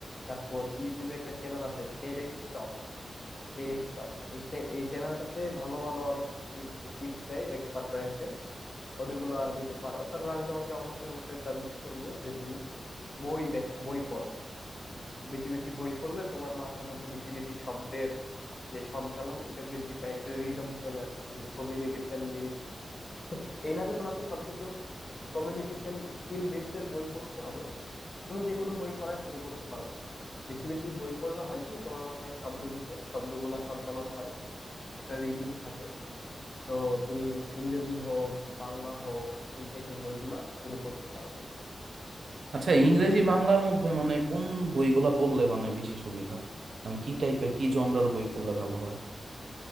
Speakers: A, on the left; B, on the right.
A: তারপর ইউটিউবে একটা চ্যানেল আছে টেডেক্স টক টেডেক্স টক এই টে- এই চ্যানেলটাতে ভালো ভালো অনেক টিপস দেয় এক্সপার্টরা এসে ওদেরগুলা নিতে পারো তারপর আমি তোমাকে অবশ্যই অবশ্যই সাজেস্ট করব যে তুমি বই দেখ বই পড়ো বেশি বেশি বই পড়লে তোমার মাথার মধ্যে বেশি বেশি শব্দের যে সঞ্চালন ওইটা বৃদ্ধি পায় একটা রিদম চলে আসে তুমি কমিউনিকেশন বেসড এই না যে তোমাকে সবকিছু কমিউনিকেশন স্কিল বেসড এর বই পড়তে হবে তুমি যে কোনো বই পড়াই শুরু করতে পারো বেশি বেশি বই পড়লে হয় কি তোমার মাথায় শব্দ ঢুকে শব্দগুলা সঞ্চালন হয় একটা রিদিম থাকে তো তুমি ইংরেজি হোক বাংলা হোক এই টাইপের বইগুলা শুরু করতে পারো
B: আচ্ছা ইংরেজি বাংলার মধ্যে মানে কোন বইগুলা পড়লে মানে বেশি সুবিধা মানে কি টাইপের কি জনরার বই পড়লে ভালো হয়